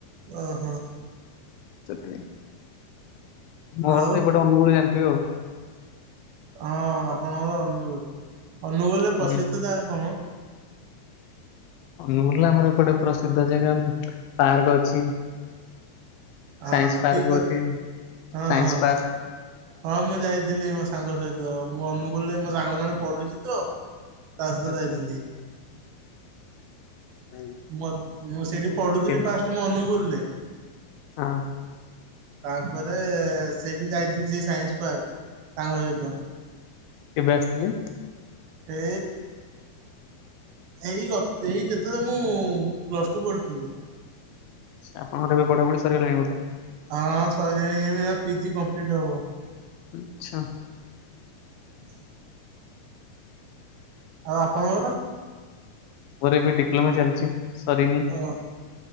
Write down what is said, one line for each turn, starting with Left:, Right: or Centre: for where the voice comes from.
Right: ଅ ହଁ
Left: <unintelligible> ମୋ
Right: ଆଉ
Left: ଘର ତ
Right: ହଁ
Left: ଏପଟେ ଅନୁଗୁଳ ଜାଣିିଥିବେ ଆଉ।
Right: ହଁ ଆପଣଙ୍କର ଅନୁଗୁଳ। ଅନୁଗୁଳରେ
Left: ହୁଁ
Right: ପ୍ରସିଦ୍ଧ ଜାଗା କଣ?
Left: ଅନୁଗୁଳରେ ଆମର ଏପଟେ ପ୍ରସିଦ୍ଧ ଜାଗା ପାର୍କ ଅଛି।
Right: ହଁ
Left: ସାଇନ୍ସ ପାର୍କ
Right: କି
Left: <unintelligible>
Right: ହଁ
Left: ସାଇନ୍ସ
Right: ହଁ।
Left: ପାର୍କ
Right: ହଁ ମୁଁ ଯାଇଥିଲି ମୋ ସାଙ୍ଗ ସହିତ ମୁଁ ଅନୁଗୁଳରେ ମୋ ସାଙ୍ଗ ଜଣେ ପଢ଼ୁଛି ତ। ତା ସହିତ
Left: ଆଚ୍ଛା।
Right: ଯାଇଥିଲି।
Left: ହୁଁ
Right: ମତ୍ ମୁଁ ସେଇଠି
Left: ହୁଁ
Right: ପଢ଼ୁଥିଲି
Left: କେ
Right: ଫାଷ୍ଟ୍ ମୋ ଅନୁଗୁଳରେ।
Left: ହଁ
Right: ତାପରେ ସେଇଠି ଯାଇଥିଲି ସେ ସାଇନ୍ସ ପାର୍କ, ସାଙ୍ଗ ସହିତ।
Left: କେବେ ଆସିଥିଲେ?
Right: ଏ ଏଇ ଗ ଏଇ ଯେତେବେଳେ ମୁଁ ପ୍ଲସ୍ ଟୁ ପଢ଼ୁଥିଲି।
Left: ସା ଆପଣଙ୍କର ଏବେ ପଢ଼ାପଢ଼ି ସରିଗଲାଣି ବୋଧେ?
Right: ହଁ ସହିଲାଣି ଏବେ ପିଜି କମ୍ପ୍ଲିଟ୍ ହବ।
Left: ଆଚ୍ଛା
Right: <inaudible> ଆଉ ଆପଣଙ୍କର?
Left: ମୋର ଏବେ ଡିପ୍ଲମା ଚାଲିଛି ସରିନି।
Right: ଅହ